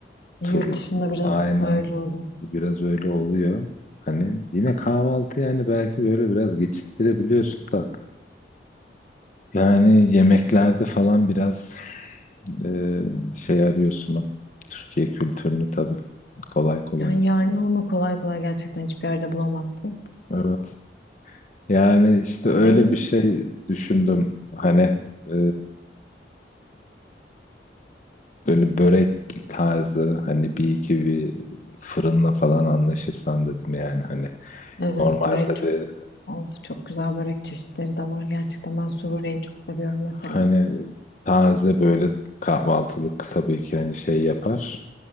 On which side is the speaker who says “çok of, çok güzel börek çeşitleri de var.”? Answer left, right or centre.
Left